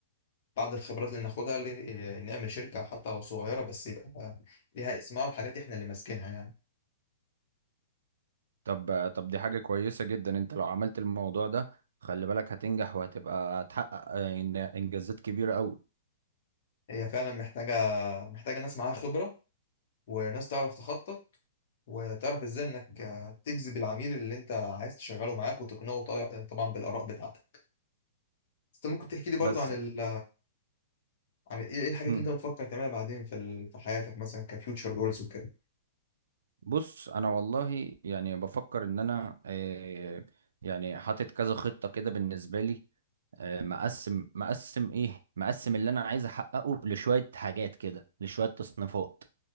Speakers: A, on the left; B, on the right.
A: بعد الخبرات اللي ناخدها ل- نعمل شركة حتى لو صغيرة بس يبقى ليها اسمها وحاجات احنا اللي ماسكينها يعني
B: طب طب دي حاجة كويسة جدا انت لو عملت الموضوع ده خلي بالك هتنجح وهتبقى هتحقق آه، إن- انجازات كبيرة قوي
A: هي فعلا محتاجة محتاجة ناس معاها خبرة وناس تعرف تخطط وتعرف ازاي انك آه، تجذب العميل اللي انت عايز تشغله معاك وتقنعه طي- آه، طبعا بالآراء بتاعتك بس انت ممكن تحكي لي برضو
B: بس
A: عن ال... عن ايه إيه الحاجات
B: مم.
A: اللي انت بتفكر تعملها بعدين في ال... في حياتك مثلا كفيوتشر جولز وكده
B: بص انا والله يعني بفكر ان انا آه، يعني حاطط كذا خطه كده بالنسبه لي آه، مقسم مقسم ايه مقسم اللي انا عايز احققه لشويه حاجات كده لشويه تصنيفات